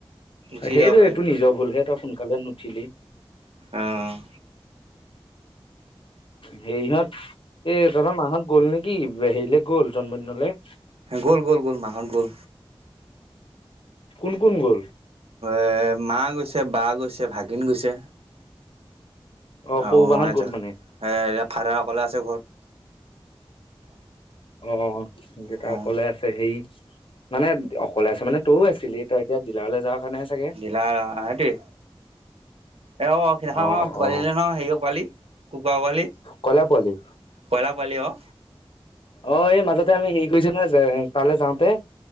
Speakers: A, on the right; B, on the left.
A: গুচি
B: সেইটো
A: যাব পাৰিব
B: এইটো নিজৰ ভুলহে তই সোনকালে নুঠিলি।
A: অঁ'।
B: সেইহত এ তহঁতৰ মাহত গ'ল নেকি হেৰিলে গ'ল জন্মদিনলৈ।
A: গ'ল গ'ল গ'ল মাহত গ'ল।
B: কোন কোন গ'ল।
A: এ মা গৈছে বা গৈছে ভাগিন গৈছে।
B: অ
A: আৰু
B: সৰু
A: নাইযোৱা
B: বাহঁত গ'ল মানে
A: এ ফাদাৰ অকলে আছে ঘৰত।
B: অ দেতা
A: অঁ
B: অকলে আছে সেই মানে অকলে আছে মানে তইও আছিলি। তই এতিয়া ডিলাৰলৈ যাওঁ কাৰণেহে চাগে।
A: নাইৰা হেহেতি তেওঁ সিদিনা খন
B: অ
A: আমাৰ পোৱালি
B: অ
A: নিলে নহয় হেৰিও পোৱালি কুকুৰা পোৱালি।
B: কয়লা পোৱালি
A: কইলা পোৱালি অ'।
B: অ এই মাজতে আমি হেৰি কৰিছো নহয় তালে যাওঁতে।